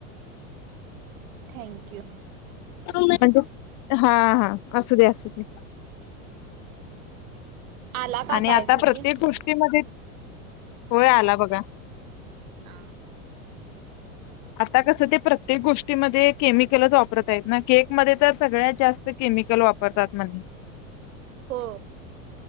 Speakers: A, on the right; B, on the left.
A: थँक्यू
B: म्हणजे हा हा असू दे असू दे.
A: आला का
B: आणि
A: काय
B: आता
A: घरी
B: प्रत्येक गोष्टीमध्ये होय आलाव बघा.
A: हा
B: आता कसं ते प्रत्येक गोष्टीमध्ये केमिकलच वापरत आहेत ना, केकमध्येतर सगळ्यात जास्त केमिकल वापरतात म्हटल.
A: हो.